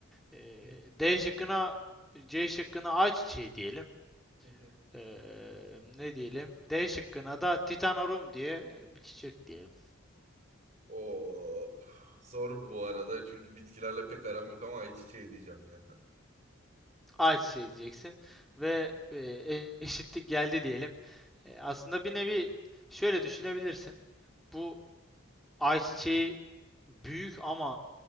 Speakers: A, in the centre; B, on the right.
A: E,
B: Hı hı.
A: D şıkkına C şıkkına ayçiçeği diyelim.
B: Hı hı.
A: E, ne diyelim? D şıkkına da titanorum diye bir çiçek diyelim.
B: O zor bu arada çünkü bitkilerle pek aram yok ama hiç şey diyeceğim yani.
A: Ayçiçeği diyeceksin ve e, eşitlik geldi diyelim. E, aslında bir nevi şöyle düşünebilirsin. bu Ayçiçeği büyük ama